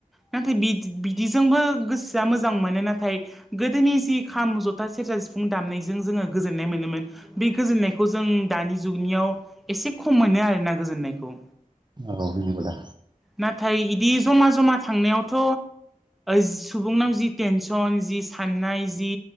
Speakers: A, in the centre; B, on the right.
A: नाथाय बि बिदिजोंबो गोसोआ मोजां मोनो नाथाय गोदोनि। खाम ज'था सेरजा सिफुं दामनायजों जोङो गोजोन्नाय मोनोमोन बे गोजोननायखौ जों दानि जुगनि याव एसे खम मोनो आरोना गोजोननायखौ
B: औ नंगौ दा
A: नाथाय बिदि जमा जमा थांनायावथ' सुबुंनाव जि तेनसन। सन जि साननाय जि